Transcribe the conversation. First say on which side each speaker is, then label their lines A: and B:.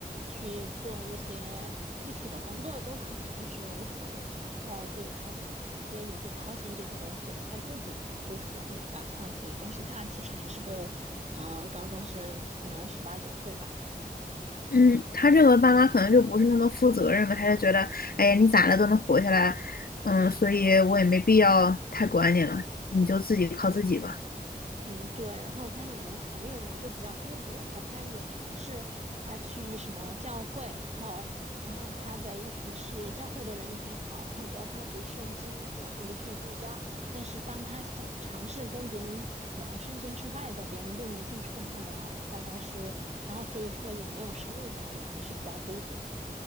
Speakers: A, on the right (about 45°); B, on the left (about 70°).
A: 去做一些基础的工作都可以，就是无所谓。然后所以他爹也不操心这些东西，他自己就是会比较操心，但是他其实还是个呃高中生，可能十八九岁吧。
B: 嗯，他这个爸妈可能就不是那么负责任吧，他就觉得，哎呀，你咋了都能活下来，嗯，所以我也没必要太管你了，你就自己靠自己吧。
A: 嗯，对，然后他也没朋友嘛，就比较孤独。然后他也尝试他去一什么教会，然后，然后他的意思是教会的人挺好，然后教他读圣经，然后一句一句教。但是当他想尝试跟别人聊圣经之外的，别人就没兴趣跟他聊，大概是，然后所以说也没有深入交流，还是比较孤独。